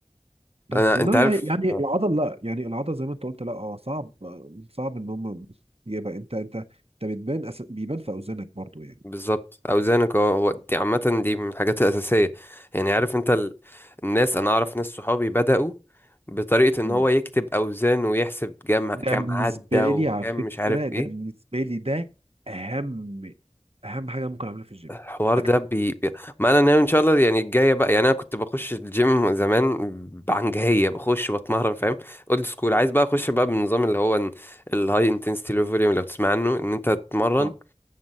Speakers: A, on the right; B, on the left.
A: بس
B: أنا
A: ما
B: أنت عارف
A: يعني يعني
B: آه.
A: العضل لا يعني العضل زي ما انت قلت لا اه صعب آه، صعب ان هم يبقى انت انت انت بتبان أس... بيبان في اوزانك برضو يعني
B: بالظبط اوزانك اه هو دي عامه دي من الحاجات الاساسيه يعني عارف انت ال... الناس انا اعرف ناس صحابي بداوا بطريقه ان
A: مم.
B: هو يكتب اوزان ويحسب جم...
A: ده
B: كام
A: بالنسبه
B: عدى وكام
A: لي على فكره
B: مش عارف
A: ده
B: ايه
A: بالنسبه لي ده اهم اهم حاجه ممكن اعملها في الجيم
B: الحوار
A: اكتب
B: ده بي... بي... ما انا ناوي ان شاء الله يعني الجايه بقى يعني انا كنت بخش الجيم زمان بعنجهيه بخش بتمرن فاهم اولد سكول عايز بقى اخش بقى بالنظام اللي هو الهاي انتنسيتي لو فوليوم لو تسمع عنه ان انت تتمرن
A: اه